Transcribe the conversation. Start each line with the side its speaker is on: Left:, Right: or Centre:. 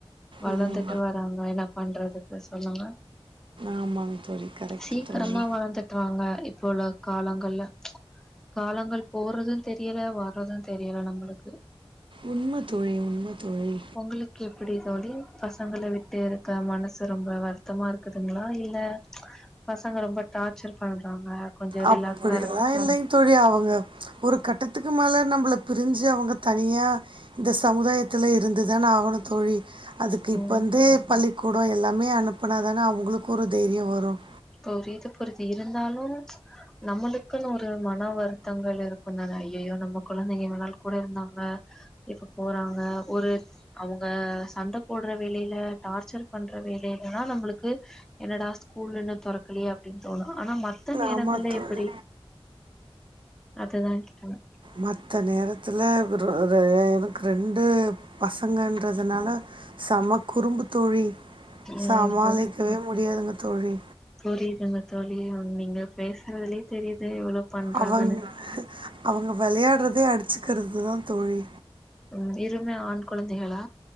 Centre: வளர்ந்துட்டு
Right: ம்
Centre: வராங்க என்னா ப பண்றதுக்கு சொல்லுங்க
Right: ஆமாங்க தோழி கரெக்ட்
Centre: சீக்கிரமா
Right: தோழி
Centre: வளந்துடுறாங்க இப்ப உள்ள காலங்கள்ல காலங்கள் போறதும் தெரியல வர்றதும் தெரியல நம்மளுக்கு
Right: உண்ம தோழி உண்ம தோழி
Centre: உங்களுக்கு எப்டி தோழி பசங்கள விட்டு இரு க்க மனசு ரொம்ப வருத்தமா இருக்குதுங்களா இல்ல பசங்க ரொம்ப டார்ச்சர் பண்றாங்க கொஞ்சோ
Right: அப்டியல்லாம்
Centre: ரிலாக்ஸா
Right: இல்லைங்க தோழி அவுங்க ஒரு கட்டத்துக்கு கு மேல நம்மள பிரிஞ்சு அவங்க தனியா இந்த சமுதாயத்துல இருந்து தான ஆகணும் தோழி அதுக்கு
Centre: இருக்கணு
Right: இப்பந்தே பள்ளி கூடோ எல்லாமே அனுப்புனா தான அவுங்களுக்கும் ஒரு தைரியம் வரும்
Centre: புரிது புரிது இருந்தாலு ச் நம்மளுக்குனு ஒரு மன வருத்தங்கள் இருக்குந் தான ஐய்யய்யோ நம்ம கொழந்தைங்க இவ்ளோ நாள் கூட இருந்தாங்க இப்ப போறாங்க ஒரு அவுங்க சண்ட போடுற வேலையில டார்ச்சர் பண்ற வேலயிலேனா நம்மளுக்கு என்னடா ஸ்கூலுனு தொறக்கலையே அப்டினு தோணு ஆனா மத் மத்த நேரங்கள்ல
Right: ஆமா தோழி.
Centre: எப்டி அதுதா <unintelligible>
Right: மத்த நேரத்துல ஒரு ரெ எனக்கு ரெண்டு பசங்கன்றதுனால செம குறும்புத் தோழி
Centre: ம்
Right: சமாளிக்கவே
Centre: புரி
Right: முடியாதுங்க தோழி
Centre: புரியுதுங்க தோழி ஒங்க நீங்க பேசுறதுலே தெரியுது எவ்ளோ பண்றாங்கன்னு
Right: அவங் அவங்க விளையாடுறதே அடிச்சு ருக்கிறது தா தோ ழி
Centre: ம் இருமே ஆண்குழந்தைகளா